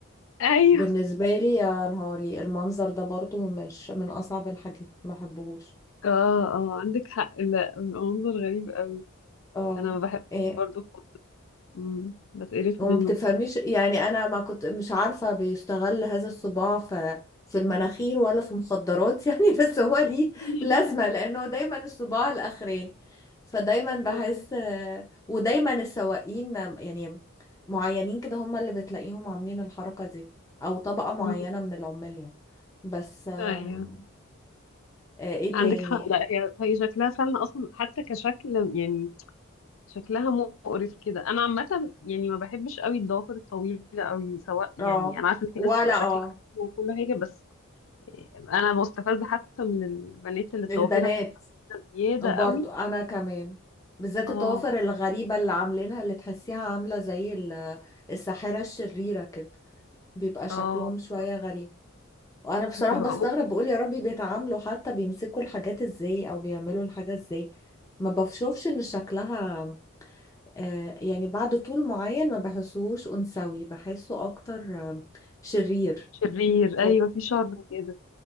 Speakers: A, on the left; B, on the left.
A: ايوه
B: بالنسبة لي يا نهاري المنظر ده برضو مش من أصعب الحاجات ما بحبهوش
A: اه اه عندك حق لا منظر غريب قوي
B: اه
A: انا ما بحبش
B: إيه،
A: برضه خالص مم. بتقرف
B: وما
A: منه
B: بتفهميش
A: بصراحه
B: يعني انا ما كنت مش عارفة بيستغل هذا الصباع في في المناخير ولا في مخدرات <laughs> يعني بس هو ليه
A: <laughs>
B: لازمة لانه دايما الصباع الاخرين فدايما بحس
A: مم.
B: ودايما السواقين يعني معينين كده هم اللي بتلاقيهم عاملين الحركة دي او طبقة معينة
A: مم.
B: من العمال يعني بس آم،
A: ايوه
B: آه، ايه
A: عندك
B: تاني
A: حق لا هي هي شكلها فعلا اصلا حتى كشكل يعني شكلها مقرف كده انا عامه يعني ما بحبش قوي الضوافر الطويله قوي سواء يعني
B: اه
A: انا عارفه ان في
B: ولا
A: ناس بتبقى شكلها
B: اه
A: حلو وكل حاجه بس انا مستفزه حتى من البنات اللي
B: البنات
A: ضوافرها بتبقى طويلة زياده
B: برضو
A: قوي
B: انا كمان بالذات
A: اه
B: الطوافر الغريبة اللي عاملينها اللي تحسيها عاملة زي ال- الساحرة الشريرة كده بيبقى شكلهم
A: اه
B: شوية
A: بالظبط
B: غريب وانا بصراحة
A: بتبقى
B: بستغرب
A: اوفر
B: بقول يا ربي بيتعاملوا حتى بيمسكوا الحاجات ازاي او بيعملوا الحاجة ازاي ما بشوفش ان شكلها آه، يعني بعد طول معين ما بحسوش انثوي بحسه اكتر آه، شرير
A: شرير
B: ف-
A: ايوه في شر كده